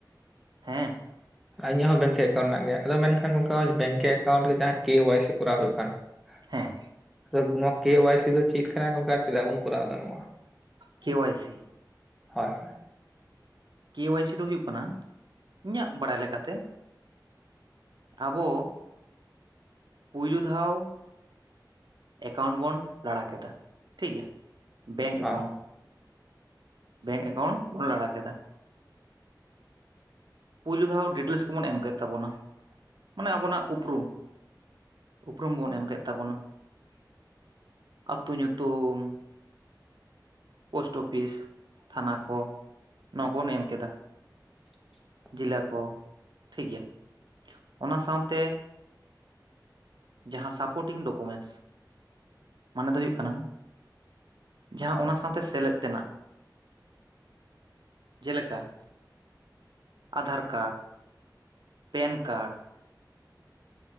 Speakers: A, on the right (about 75°); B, in the centre.
A: ᱦᱮᱸ᱾
B: ᱟᱨ ᱤᱧᱟᱜ ᱦᱚᱸ ᱵᱮᱝᱠᱮ ᱮᱠᱟᱣᱩᱱ ᱢᱮᱱᱟᱜ ᱜᱮᱭᱟ, ᱟᱫᱚ ᱢᱮᱱᱠᱷᱟᱱ ᱜᱚᱝᱠᱮ ᱱᱚᱜᱼᱚᱭ ᱵᱮᱝᱠᱮ ᱮᱠᱟᱣᱩᱱᱴ ᱨᱮ ᱡᱟᱦᱟᱸ ᱠᱮ ᱣᱟᱭ ᱥᱤ ᱠᱚᱨᱟᱣ ᱦᱩᱭᱩᱜ ᱠᱟᱱ
A: ᱦᱮᱸ
B: ᱾ ᱟᱫᱚ ᱱᱚᱣᱟ ᱠᱮ ᱣᱟᱭ ᱥᱤ ᱫᱚ ᱪᱤᱫ ᱠᱟᱱᱟ ᱜᱚᱝᱠᱮ ᱟᱨ ᱪᱮᱫᱟᱜ ᱵᱩᱱ ᱠᱚᱨᱟᱣ ᱫᱟ ᱱᱚᱣᱟ?
A: K Y C!
B: ᱦᱚᱭ, ᱦᱚᱭ᱾
A: ᱠᱮ ᱣᱟᱭ ᱥᱤ ᱫᱚ ᱦᱩᱭᱩᱜ ᱠᱟᱱᱟ ᱤᱧᱟᱜ ᱵᱟᱲᱟᱭ ᱞᱮᱠᱟ ᱛᱮ ᱟᱵᱚ ᱯᱩᱭᱞᱩ ᱫᱷᱟᱣ ᱮᱠᱟᱣᱩᱱᱴ ᱵᱚᱱ ᱞᱟᱲᱟ ᱠᱮᱫᱟ, ᱴᱷᱤᱠ ᱜᱮᱭᱟ ᱵᱮᱝᱠ
B: ᱦᱳᱭ
A: ᱮᱠᱟᱣᱩᱱᱴ ᱾ ᱵᱮᱝᱠ ᱮᱠᱟᱣᱩᱱᱴ ᱵᱚᱱ ᱞᱟᱲᱟ ᱠᱮᱫᱟ ᱾ ᱯᱩᱭᱞᱩ ᱫᱷᱟᱣ ᱰᱤᱴᱮᱞᱥ ᱠᱚᱵᱚᱱ ᱮᱢ ᱠᱮᱫ ᱛᱟᱵᱚᱱᱟ <inaudible> ᱢᱟᱱᱮ ᱟᱵᱚᱱᱟᱜ ᱩᱯᱨᱩᱢ᱾ ᱩᱯᱨᱩᱢ ᱵᱚᱱ ᱮᱢ ᱠᱮᱫ ᱛᱟᱵᱚᱱᱟ <inaudible> ᱟᱛᱳ ᱧᱩᱛᱩᱢ, ᱯᱳᱥᱴ ᱚᱯᱷᱤᱥ, ᱛᱷᱟᱱᱟ ᱠᱚ ᱱᱚᱣᱟ ᱠᱚᱵᱚᱱ ᱮᱢ ᱠᱮᱫᱟ,
B: <inaudible>
A: ᱡᱮᱞᱟ ᱠᱚ ᱴᱷᱤᱠ ᱜᱮᱭᱟ, ᱚᱱᱟ ᱥᱟᱶᱛᱮ ᱡᱟᱦᱟᱸ ᱥᱟᱯᱳᱴᱤᱝ ᱰᱚᱠᱳᱢᱮᱱᱴᱥ <inaudible> ᱢᱟᱱᱮ ᱫᱚ ᱦᱩᱭᱩᱜ ᱠᱟᱱᱟ, ᱡᱟᱦᱟᱸ ᱚᱱᱟ ᱥᱟᱶᱛᱮ ᱥᱮᱞᱮᱫ ᱛᱮᱱᱟᱜ, <inaudible> ᱡᱮᱞᱮᱠᱟ- Aadhaar card, PAN card